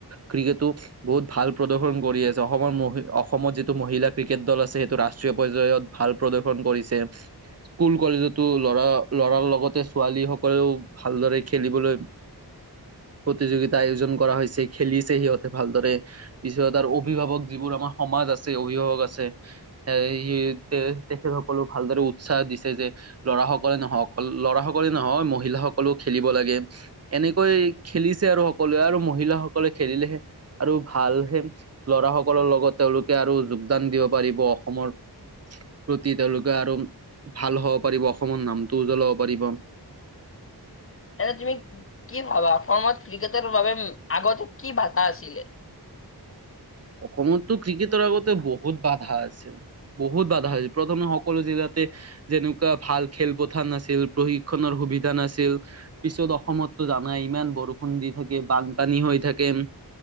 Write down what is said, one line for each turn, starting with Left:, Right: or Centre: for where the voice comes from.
Right: ক্ৰিকেটটো বহুত ভাল প্ৰদৰ্শন কৰি আছে অসমৰ অসমত যিটো মহিলা ক্ৰিকেট দল আছে সেইটো ৰাষ্ট্ৰীয় পৰ্যায়ত ভাল প্ৰদৰ্শন কৰিছে। স্কুল কলেজতো লৰা লৰাৰ লগতে ছোৱালী সকলেও ভালদৰে খেলিবলৈ প্ৰতিযোগিতা আয়োজন কৰা হৈছে খেলিছে সিহঁতে ভালদৰে পিছত আৰু অভিভাৱক যিবোৰ আমাৰ সমাজ আছে অভিভাৱক আছে স তে তেখেত সকলক ভালদৰে উৎসাহ দিছে যে লৰা সকলে নহওক লৰা সকলে নহয় মহিলাসকলে খেলিব লাগে এনেকৈ খেলিছে আৰু সকলোৱে আৰু মহিলাসকলে খেলিলেহে আৰু ভালহে ল'ৰা সকলৰ লগত তেওঁলোকে আৰু যোগদান দিব পাৰিব অসমৰ প্ৰতি, তেওঁলোকে আৰু ভাল হ'ব পাৰিব অসমৰ নামটো উজ্বলাব পাৰিব
Left: <inaudible> এনে তুমি কি ভাবা অসমত ক্ৰিকেটৰ বাবে আগতে কি বাধা আছিলে?
Right: অসমততো ক্ৰিকেটৰ আগতে বহুত বাধা আছে, বহুত বাধা হৈছিল প্ৰথমে সকলো জিলাত যেনেকুৱা ভাল খেলপথাৰ নাছিল। প্ৰশিক্ষনৰৰ সুবিধা নাছিল। পিছত অসমত টো জানাই ইমান বৰষুণ দি থাকে। বানপানী হৈ থাকে।